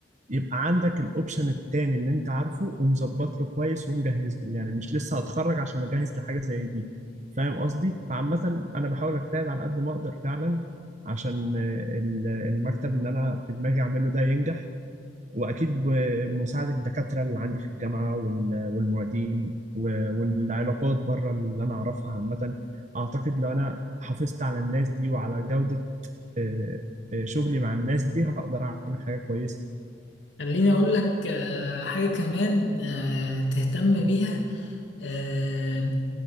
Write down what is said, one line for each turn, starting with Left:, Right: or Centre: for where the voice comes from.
Right: يبقى عندك الاوبشن التاني اللي انت عارفه ومظبط له كويس ومجهز له يعني مش لسه هتخرج عشان اجهز لحاجه زي دي فاهم قصدي فعامه انا بحاول اجتهد على قد ما اقدر فعلا عشان آه، ال- المكتب اللي انا في دماغي اعمله ده ينجح واكيد بمساعده الدكاتره اللي عندي في الجامعه وال- والمعيدين و- والعلاقات بره اللي انا اعرفها عامه اعتقد لو انا حافظت على الناس دي وعلى جوده آه، آه، شغلي مع الناس دي هقدر اعمل حاجه كويسه
Left: خليني أقول لك آه، حاجة كمان آه، تهتم بيها آه،